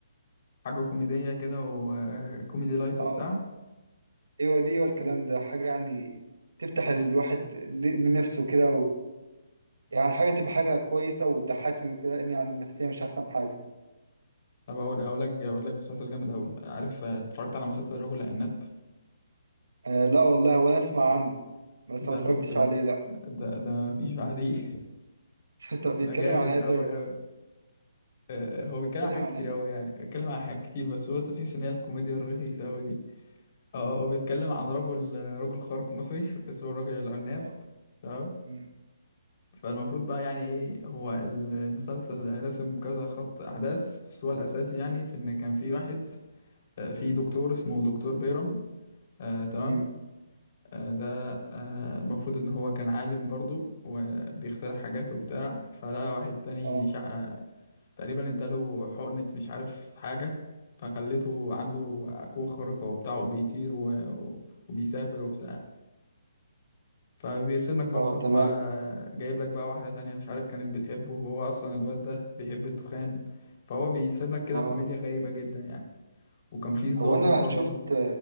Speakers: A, on the left (about 45°); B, on the right (about 80°).
A: حاجه كوميديه كده وكوميدي لايت
B: اه
A: وبتاع
B: ايوه ليه والكلام ده حاجه يعني تفتح الواحد ل- لنفسه كده يعني حاجة تبقى حاجة كويسة وتضحكني وكده لأن يعني النفسية مش أحسن حاجة
A: طب اقول اقول لك اقول لك مسلسل جامد قوي عارف آه، اتفرجت على مسلسل رجل العناب
B: آه لا والله وأنا أسمع عنه بس
A: ده
B: ما اتفرجتش
A: توب ده
B: عليه لا
A: ده ده مفيش بعديه <laughs>
B: <laughs> طب بيتكلم
A: ده جامد
B: عن إيه طيب؟
A: قوي قوي آه هو بيتكلم
B: بيتكلم
A: عن حاجات
B: عن
A: كتير
B: إيه؟
A: قوي يعني بيتكلم عن حاجات كتير بس هو انت تحس ان هي الكوميديا الرخيصه قوي دي اه هو بيتكلم عن رجل آه، رجل خارق مصري <laughs> اسمه الرجل العناب
B: آه
A: تمام
B: أمم،
A: فالمفروض بقى يعني ايه هو ال- المسلسل رسم كذا خط احداث بس هو الاساسي يعني
B: أمم،
A: في ان كان في واحد آه، في دكتور اسمه دكتور بيرم آه تمام
B: أمم.
A: آه ده آه، المفروض ان هو كان عالم برضو وبيخترع حاجات وبتاع فلقى واحد تاني
B: آه
A: شع... تقريبا اداله حقنة مش عارف حاجة فخليته عنده قوة خارقة وبتاع وبيطير و... وبيسافر وبتاع فبيرسم لك بقى
B: آه
A: الخط
B: تمام
A: بقى جايب لك بقى واحدة تانية مش عارف كانت بتحبه وهو أصلا الواد ده بيحب التخان فهو بيرسم لك كده
B: آه
A: كوميديا غريبة جدا يعني وكان في ضابط
B: هو أنا
A: برضه
B: شفت